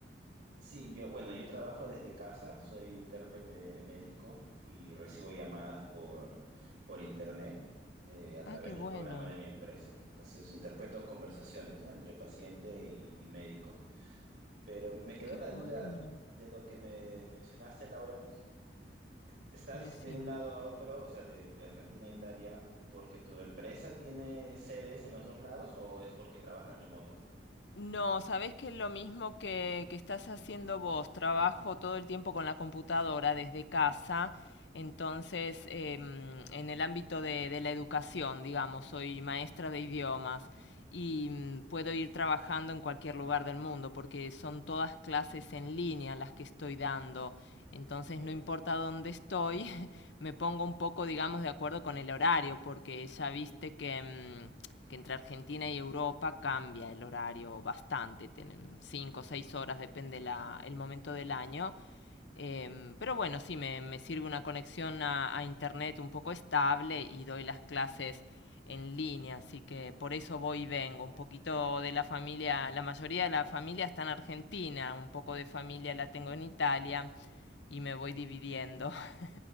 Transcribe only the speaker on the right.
Sí, yo, bueno, yo trabajo desde casa, soy intérprete médico y recibo llamadas por, por internet eh, a través
del
programa de mi empresa. Entonces, interpreto conversaciones, ¿no? entre paciente y, y médico. Pero me quedó
la
duda de lo que me mencionaste, Laura. estás
de un lado a otro, o sea, de, de Argentina a Italia, porque tu empresa tiene sedes en los dos lados o es porque trabajas remoto?
Entiendo.